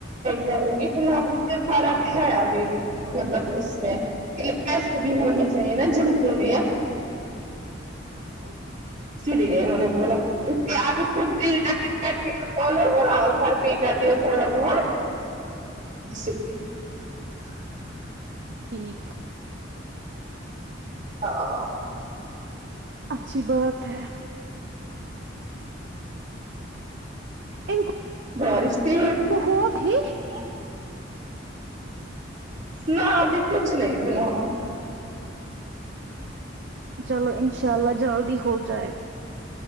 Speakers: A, on the right (about 45°); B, on the right (about 65°).
A: کروں گی فی الحال م فرق ہے ابھی مطلب اس میں ایسے بھی ہونے چاہیے نا جن کے لیے
B: اچھا
A: ا نوںون بوول خود کر چو اور گھر پی کر د ہے تھوڑا بہت د <inaudible>
B: ٹھیک
A: ہاں
B: اچھی بات ہے ان کو
A: <unintelligible> کی
B: ہو بھی
A: تو نہ ابھی کچھ نہیں فی الحال
B: چلو ان شاء اللہ جلد ہی ہو جائے گا